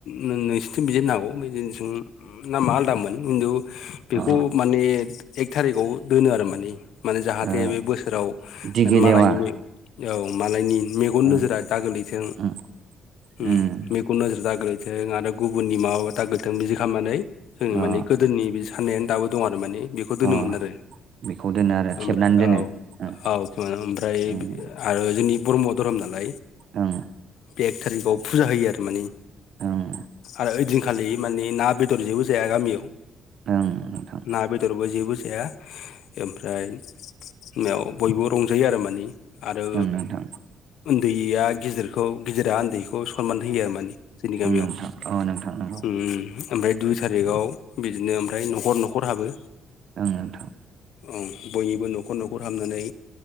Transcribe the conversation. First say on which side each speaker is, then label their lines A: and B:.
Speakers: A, on the left; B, on the right.
A: नों-नोंसोरनिथिं बिदि होननो हागौ जोंनिथिं नामा आलदामोन खिन्थु बेखौ
B: अ
A: माने एक थारिकाव दोनो आरो माने। माने जाहाथे
B: ओ
A: बे बोसोराव
B: दिगि
A: मालायनि
B: लेवा
A: औ मालायनि मेगन
B: ओं
A: नोजोरा दा गोलैथों।
B: उम
A: ओम
B: उम
A: मेगन नोजोर दाग्लैथों आरो गुबुननि माबाबा दागलैथों बिदि खालामनानै जोंनि
B: अ
A: माने गोदोनि बि साननायानो दाबो दं आरो माने बे खौ दोनोमोन
B: अ
A: आरो
B: बेखौ दोनो आरो थेबनानै
A: ओमफ्राय
B: दोनो
A: औ औ <unintelligible> ओमफ्राय
B: ओं
A: आरो जोंनि ब्रह्म धोरोम नालाय
B: ओं
A: बे एक थारिखाव फुजा होयो आरो माने।
B: ओं
A: आरो ओइदिनखालि मानि ना बेदर जेबो जाया गामियाव।
B: ओं नोंथां।
A: ना बेदरबो जेबो जाया ओमफ्राय मायाव बयबो रंजायो आरो माने। आरो
B: ओं नोंथां
A: ओन्दैया गिदिरखौ गिदिरा ओन्दैखौ खौ सनमान होयो आरो माने जोंनि गामियाव
B: ओं नोंथां अ नोंथां नंगौ
A: उमम। ओमफ्राय दुइ थारिखाव बिदिनो ओमफ्राय न'खर न'खर हाबो।
B: ओं नोंथां।
A: ओं बयनिबो न'खर न'खर हाबनानै